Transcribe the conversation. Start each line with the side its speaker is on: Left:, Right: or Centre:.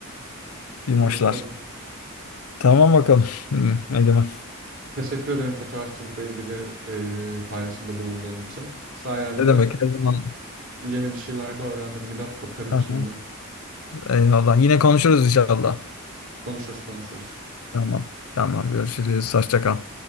Left: Yumoşlar.
Right: İyi bakalım.
Left: Tamam bakalım. Hmm, Egemen.
Right: Teşekkür ederim fotoğrafçılıkla ilgili e, paylaşımda bulunduğun için. Sayende
Left: Ne demek? Her zaman.
Right: yeni bir şeyler de öğrendim. Gidip bakarım
Left: Ha,
Right: şimdi.
Left: Eyvallah. Yine konuşuruz inşallah.
Right: Konuşuruz konuşuruz.
Left: Tamam. Tamam görüşürüz. Hoşça kal.